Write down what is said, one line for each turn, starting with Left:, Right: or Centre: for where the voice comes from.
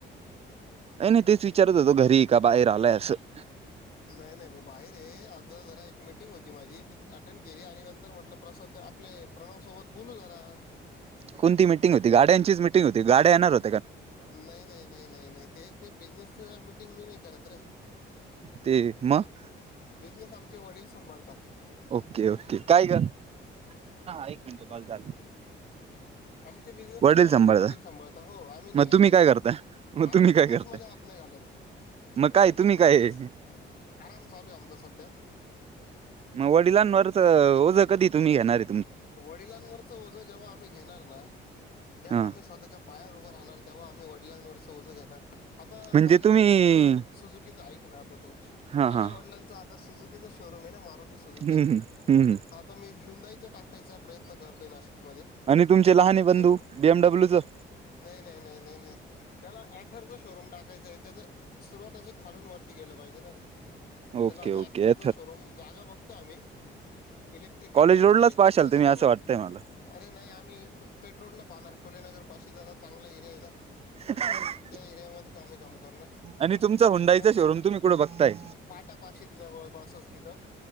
Right: नाही नाही तेच विचारत होतो घरी का? बाहेर आलंय असं.
Left: नाही नाही मी बाहेर हे, आता जरा एक मीटिंग होती माझी ती अटेंड केली आणि नंतर म्हटलं प्रसाद आपले प्रणवसोबत बोलू जरा.
Right: कोणती मिटिंग होती? गाड्यांचीच मिटिंग होती, गाड्या येणार हो
Left: नाही नाही नाही नाही ते ते बिझनेसच मीटिंग मी नाही करत रे.
Right: ते मग
Left: बिझनेस आमचे वडील संभाळतात.
Right: ओके, ओके काय ग हा एक मिनटं कॉल चालू
Left: आमचे बिझनेस
Right: वडील
Left: सर्व आमचे
Right: सांभाळता
Left: वडील सांभाळता. हो आम्ही नाही
Right: मग
Left: आम्ही
Right: तुम्ही काय
Left: नाही
Right: करता मग
Left: आम्ही
Right: तुम्ही काय
Left: बिझनेस
Right: करताय
Left: मध्ये हात नाही घालत.
Right: मग काय
Left: आम्ही
Right: तुम्ही
Left: फक्त
Right: काय
Left: असंच, आराम चालू हाय आमचा सध्या.
Right: मग वडिलांवरच ओझं कधी तुम्ही घेणारय?
Left: वडिलांवरच ओझं जेव्हा आम्ही घेणार ना, जेव्हा
Right: हा
Left: आम्ही स्वतःच्या पायावर उभर राहणार तेव्हा आम्ही वडलांवरच ओझं घेणार. आता
Right: म्हणजे
Left: माझ्या
Right: तुम्ही
Left: वडिलांच सुुझुकीच एक ना आता तू
Right: हा
Left: माझ्या
Right: हा
Left: वडिलांचं आता सुझुकीच शोरूम आहे ना मारु ती सुझुकी.
Right: हम्म हम्म हम्म
Left: आता मी ह्युदाईच टाकायचा प्रयत्न करतोय नाशि मधे
Right: आणि तुमचे लहाने
Left: एक
Right: बंधू
Left: शोरूम
Right: बीएमडब्ल्यूच
Left: नाही नाही नाही. नाही त्याला ऍथरचा शोरूम टाकायच आहे त्याच सुरुवात अशी खालून वरती गेलं पाहिजे ना? त्याला
Right: ओके
Left: आता
Right: ओके
Left: ॲथरच शोरूम जागा बघतोय आम्ही. इलेक्ट्रिक गाडी
Right: कॉलेज रोडलाच
Left: इलेक्ट्रिकचा
Right: पाशाल
Left: जमाना
Right: तुम्ही असं वाटतंय मला
Left: अरे नाही आम्ही पेट्रोलला पानार फुले नगर पाशी जरा चांगला एरिया आहे ना?
Right: <inaudible>
Left: त्या एरियामध्येच आम्ही काम करणार.
Right: आणि तुमचा हुंडाईचा
Left: आणि
Right: शोरूम तुम्ही कुठे बघताय
Left: पाटापाशी जवळपासचं तिथं,